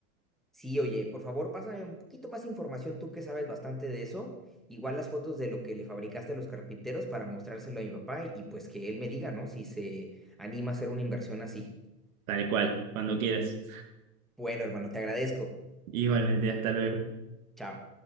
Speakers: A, in the centre; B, on the right.
A: Sí, oye, por favor, pásame un poquito más información, tú que sabes bastante de eso. Igual las fotos de lo que le fabricaste a los carpinteros para mostrárselo a mi papá y, y pues que él me diga, ¿no? Si se anima a hacer una inversión así.
B: tal cual, cuando quieras.
A: Bueno, hermano, te agradezco.
B: Igualmente, hasta luego.
A: Chao.